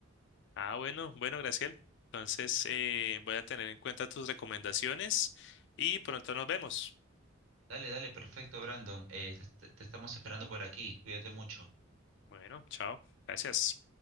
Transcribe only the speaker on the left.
Ah, bueno, bueno, Graciel. Entonces, eh, voy a tener en cuenta tus recomendaciones y pronto nos vemos.
Bueno, chao. Gracias.